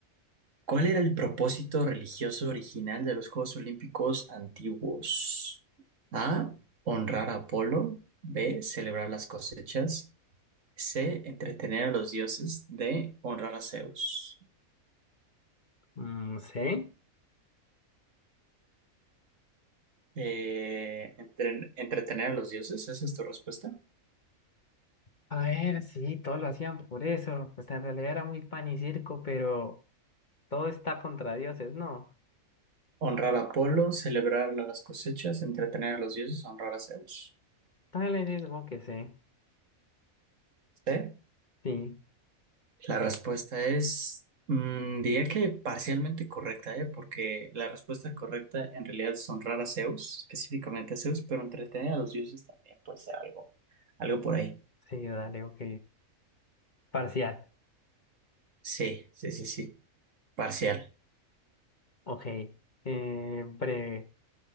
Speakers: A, on the right; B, on the left.
A: ¿Cuál era el propósito religioso original de los Juegos Olímpicos antiguos? A. Honrar a Apolo. B. Celebrar las cosechas. C. Entretener a los dioses. D. Honrar a Zeus.
B: Mm, sí.
A: Eh, entren- entretener a los dioses, ¿esa es tu respuesta?
B: A ver, sí, todos lo hacían por eso. Pues en realidad era muy pan y circo, pero todo está contra dioses, ¿no?
A: Honrar a Apolo, celebrar las cosechas, entretener a los dioses, honrar a Zeus.
B: Dale, sí, supongo que sí.
A: ¿Sí?
B: Sí,
A: La respuesta es, mm, diría que parcialmente correcta, ¿eh? Porque la respuesta correcta en realidad son a Zeus, específicamente a Zeus, pero entretener a los dioses también puede ser algo, algo por ahí.
B: sí, dale, ok. Parcial.
A: Sí, sí, sí, sí, parcial.
B: Ok. Eh, breve.